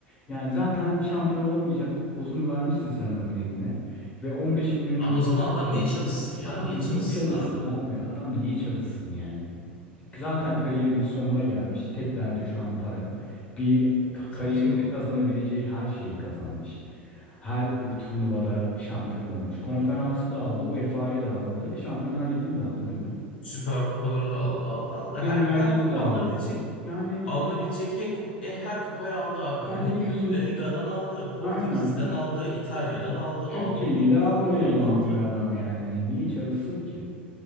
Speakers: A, on the left; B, on the left.
A: yani zaten şampiyon olamayacaktık kozunu vermişsin sen adamın eline. Ve 15 milyon euro
B: Abi
A: da
B: o
A: maaş
B: zaman adam niye
A: veriyorsun.
B: çalışsın ya?
A: Adam
B: Niye
A: niye
B: çalışsın
A: çalışsın
B: abi?
A: abi? Adam niye çalışsın yani? zaten kariyerinin sonuna gelmiş. Tek derdi şu an para. Bir kariyerinde
B: Tabii canım.
A: kazanabileceği her şeyi kazanmış. Her turnuvada şampiyon olmuş. Konferansı da aldı, UEFA'yı da aldı, Şampiyonlar Ligi'ni de aldı, değil mi?
B: Süper kupaları da aldı, aldı, aldı.
A: Premier
B: Her her
A: Ligi
B: ku-
A: de
B: alınabilecek
A: aldı. Yani
B: alınabilecek en kup e, her kupayı aldı abi. Hani
A: sen geliyorsun
B: La Liga'dan aldı, Portekiz'den
A: aynen
B: aldı, İtalya'dan aldı,
A: Türkiye'yi
B: Avrupa'nın
A: de
B: bütün
A: almayayım
B: kupalarını aldı.
A: diyor adam yani. Yani niye çalışsın ki?